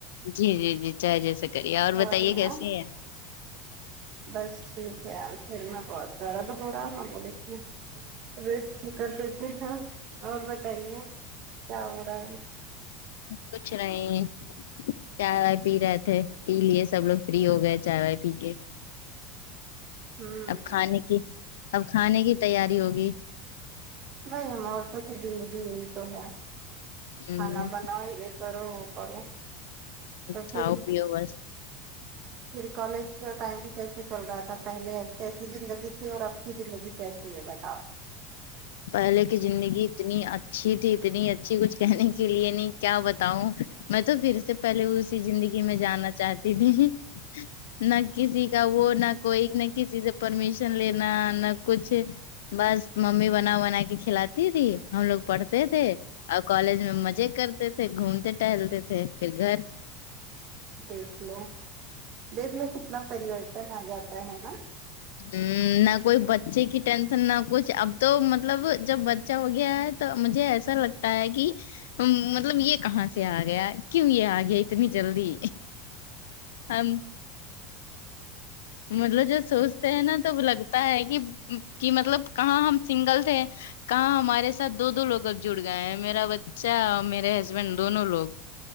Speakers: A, on the left; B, on the right.
A: جی جی جی چاہے جیسا کریے اور
B: سوری
A: بتائیے کیسی
B: ہاں
A: ہیں
B: بس ٹھیک ہے پر میں بہت درد ہو رہا ہے میں بولی تھی ریسٹ بھی کر دیتے ہیں اور بتائیے کیا ہو رہا ہے
A: کچھ نہیں چائے پی رہے تھے پی لیے سب لوگ فری ہو گئے چائے وائے پی کے
B: ہوں
A: اب کھانے کی اب کھانے کی تیاری ہوگی
B: بھائی ہم عورتوں کی زندگی یہی تو ہے
A: ہ
B: کھانا بناؤ ہی کرو وہ کرو تو
A: کھاؤ
B: پھر
A: پیو بس
B: پھر کالج کا ٹائم کیسا چل رہا تھا پہلے کیسی زندگی تھی اور اب کی زندگی کیسی ہے بتاؤ
A: پہلے کی زندگی اتنی اچھی تھی اتنی اچھی کچھ کہنے کے لیے نہیں کیا بتاؤں میں تو پھر سے پہلے اس زندگی میں جانا چاہتی تھی نہ کسی کا وہ نہ کوئی نہ چیز پرمیشن لینا نہ کچھ بس ممی نا بنا کے کھلاتی تھی ہم لوگ پڑھتے تھے نہ اور کالج میں مزے کرتے تھے گھومتے ٹہلتے تھے پھر گھر
B: دیکھلو دیکھلو کتنا پورتن آ جاتا ہے نا
A: ہمم نہ کوئی بچے کی ٹینشن نہ کچھ اب تو مطلب جب بچہ ہو گیا ہے تو مجھے ایسا لگتا ہے کہ مطلب یہ کہاں سے آ گیا کیوں یہ آ گیا اتنی جلدی ہم مطلب جب سوچتے ہیں نا تب لگتا ہے کہ کہ مطلب کہاں ہم سنگل تھے کہاں ہمارے ساتھ دو دو لوگ اب جڑ گئے ہیں میرا بچہ اور میرے ہسبینڈ دونوں لوگ